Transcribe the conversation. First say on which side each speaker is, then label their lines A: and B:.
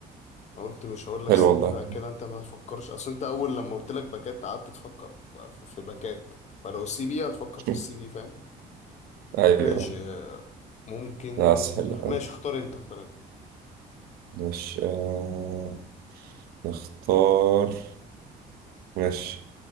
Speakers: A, on the left; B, on the right.
A: انا قلت مش هقول لك
B: حلو
A: سي
B: والله
A: بي بقى كده انت ما تفكرش اصل انت اول لما قلت لك باكات قعدت تفكر ف- ف- في باكات فلو سي بي هتفكر في
B: <laughs>
A: السي بي فاهم
B: ايوه
A: ماشي آه، ممكن
B: لا سهل
A: ماشي اختار انت اختار انت
B: مش آه نختار ماشي